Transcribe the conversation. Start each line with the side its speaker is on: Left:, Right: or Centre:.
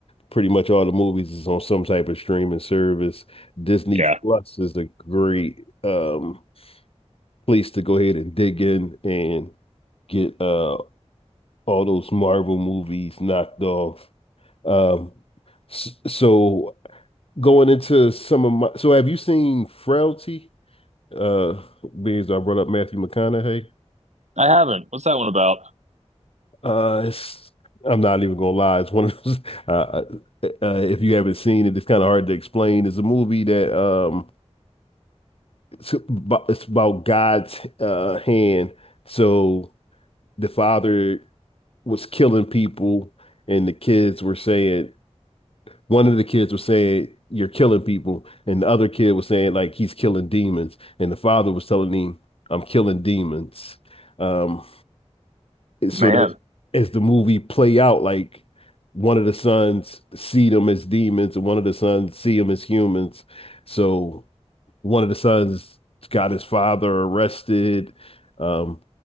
Left: pretty much all the movies is on some type of streaming service. Disney
Right: Yeah.
Left: Plus is a great um, place to go ahead and dig in and get uh, all those Marvel movies knocked off. Um, s- so going into some of my so have you seen Frailty? Uh being as I brought up Matthew McConaughey.
Right: I haven't. What's that one about?
Left: Uh it's I'm not even gonna lie, it's one of those <laughs> uh, uh if you haven't seen it, it's kind of hard to explain. It's a movie that um it's about, it's about God's uh hand. So the father was killing people and the kids were saying one of the kids was saying you're killing people and the other kid was saying like he's killing demons and the father was telling him I'm killing demons um so
Right: Man.
Left: that as the movie play out like one of the sons see them as demons and one of the sons see them as humans so one of the sons got his father arrested. Um,